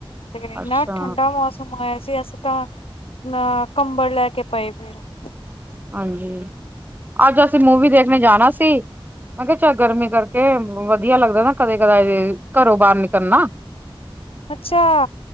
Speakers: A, on the left; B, on the right.
A: ਤੇ ਏਨਾ
B: ਅੱਛਾ
A: ਠੰਡਾ ਮੌਸ ਵੈਸੇ ਅਸ ਤਾਂ, ਮੈ ਕੰਬਲ਼ ਲੈ ਕੇ ਪਏ ਪਈ ਊ।
B: ਹਾਂਜੀ, ਆੱਜ ਅਸੀਂ ਮੂਵੀ ਦੇਖਨੇ ਜਾਨਾ ਸੀ ਮੈਂ ਕੇਆ ਚਲ ਗਰਮੀ ਕਰਕੇ, ਵਦੀਆ ਲੱਗਦਾ ਨਾ ਕਦੇ, ਕਦਾਏ ਜ ਘਰੋਂ ਬਾਰ ਨਿਕਲਨਾ-
A: ਅੱਛਾ।